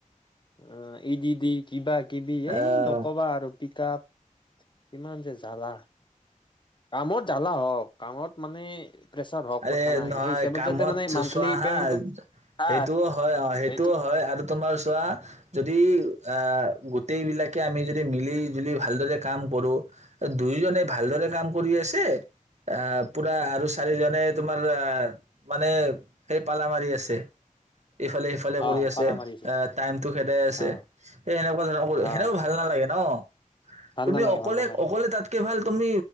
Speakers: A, on the left; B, on the right.
A: অ এই য দি কিিবা কিবি এই
B: আহ
A: নক'বা আৰু কিতাক ইমান যে জ্বালা কামত জালা হওক কামত মানে প্ৰেছাৰ হওক
B: আৰে
A: কথা নাই
B: নহয়
A: সেই হিচাপত
B: কামত
A: যাতে মানে মান্থলি
B: চোৱা হা
A: পেমেন্টটো হা
B: সেইটোও হয় অ সেইটোও
A: এইটো
B: হয় আৰু তোমাৰ চোৱা যদি আহ গোট গোতেই বিলাকে আমি যদি মিলি জুলি ভালদৰে কাম কৰো দুয়োজনে ভালদৰে কাম কৰি আছে অ পুৰা আৰু চাৰিজন তোমাৰ মানে সেই পাল মাৰি আছে ইফালে সিফালে
A: অ
B: কৰি আছে
A: পালা মাৰিছে
B: এ টাইম টো খেদাই আছে
A: অ
B: সেই সেনেকুৱা ধৰণৰ
A: অ
B: সেনেও ভাল নালাগে ন
A: ভাল
B: তুমি
A: নালাগে
B: অকলে
A: ভাল নালাগে
B: অকলে তাতকে ভাল তুমি